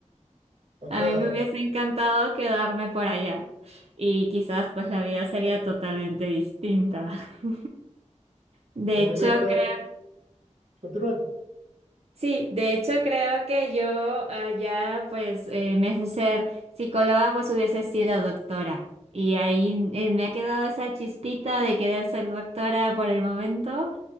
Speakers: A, on the right; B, on the right.
A: O
B: A
A: sea,
B: mí me hubiese encantado quedarme por allá y quizás pues la vida sería totalmente distinta. <laughs> De
A: también
B: hecho,
A: está,
B: creo,
A: continúa.
B: sí, de hecho creo que yo allá pues eh, en vez de ser psicóloga pues hubiese sido doctora. Y ahí eh, me ha quedado esa chispita de querer ser doctora por el momento,